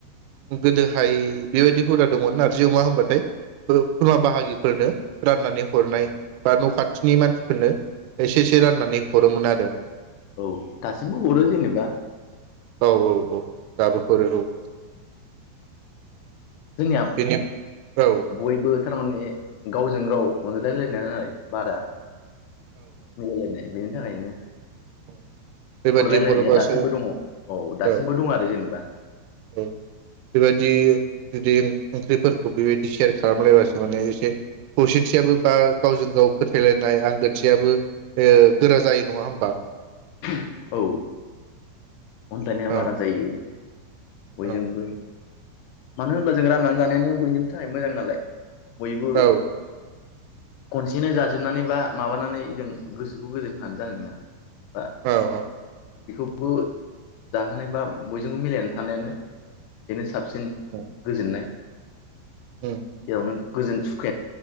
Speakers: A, on the right; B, on the left.
A: गोदोहाय बेबायदि हुदा दङमोन नारजि अमा होनबाथाय खुरमा बाहागि फोरनो राननानै हरनाय बा न खाथिनि मानसिफोरनो एसे एसे राननानै हरोमोन आरो।
B: औ दासिमबो हरो जेनेबा।
A: औ औ औ दाबो हरो औ।
B: जोंनिया
A: बेनि औ औ
B: बयबो थारमाने गावजों गाव अनज्लायलायनाय नालाय बादा मिलायलायनाय बेनि थाखायनो
A: <inaudible> बेबादि
B: हरलायलायनाया
A: हरोबासो
B: दासिमबो
A: औ
B: दङ दासिमबो
A: औ
B: दं आरो जेनेबा
A: औ बेबादि जुदि ओंख्रिफोरखौ बेबायदि सेयार खालामलायबासो माने एसे खौसेथियाबो बा गावजों गाव फोथायलायनाय आंगो थियाबो ओ गोरा जायो नङा होमबा?
B: औ। अनज्लायनाया
A: औ
B: बारा जायो। बयजोंबो।
A: औ
B: मानो होनब्ला जों राननानै जानायानो बयनिबो थाखाय मोजां नालाय। बयबो
A: औ
B: खनसेनो जाजोबनानै बा माबानानै जों गोसोखौ गोजोन होनानै जानाय नोङा बा
A: औ औ।
B: बो जाहोनाय बा बयजोंबो मिलायनानै थानायानो बेनो साबसि न
A: उम
B: गोजोननाय।
A: उम
B: बेयावनो गोजोन सु <unintelligible>